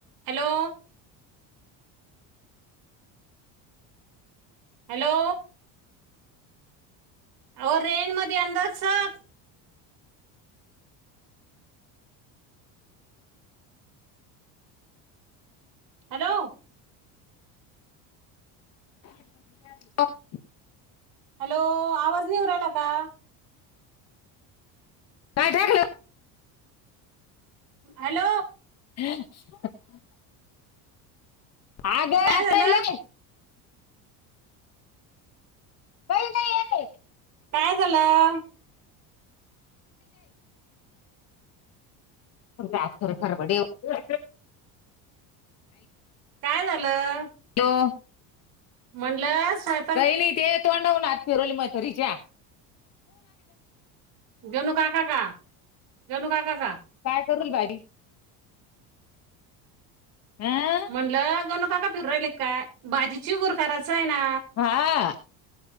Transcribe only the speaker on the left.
हॅलो. <unintelligible>
काय टाकल?
हम <unintelligible> अगं
आटलंय
काय नाही.
ज खर खरबडे <unintelligible>
हॅलो
काही नाही ते तोंडावूण हात फिरवू राहीली म्हातारीच्या.
काय करूल बाई. हं?
हा